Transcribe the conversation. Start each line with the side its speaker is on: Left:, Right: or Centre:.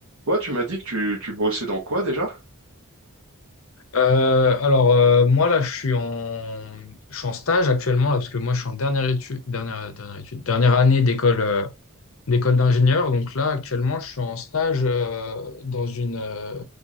Right: Toi, tu m'as dit que tu, tu bossais dans quoi déjà?
Left: Euh, alors, euh, moi, là, je suis en, je suis en stage actuellement, là, parce que moi, je suis en dernière étude, dernière, dernière étude, dernière année d'école, euh, d'école d'ingénieur. Donc là, actuellement, je suis en stage, euh, dans une, euh,